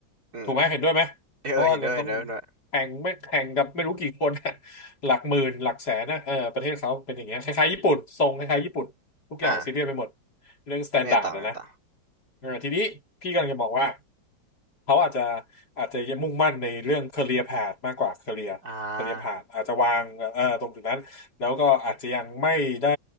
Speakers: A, on the right; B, on the left.
A: อืม
B: ถูกไหมเห็นด้วยไหมเพราะว่าเราต้อง
A: เออเออเห็นด้วยเห็นด้วยเห็นด้วย
B: แข่งไม่แข่งกับไม่รู้กี่คนอะ <laughs> หลักหมื่นหลักแสนนะเออประเทศเขาเป็นอย่างเงี้ยคล้ายๆญี่ปุ่นทรงคล้ายๆญี่ปุ่นทุกอย่างซีเรียสไปหมด
A: อ่า
B: เรื่องสแตนดาร์ดนะนะ
A: ไงต่อไงต่อ
B: เออทีนี้พี่กำลังจะบอกว่าเขาอาจจะอาจจะยังมุ่งมั่นในเรื่อง career path มากกว่า career
A: อ่า
B: career path อาจจะวางเออตรงจุดนั้นแล้วก็อาจจะยังไม่ได้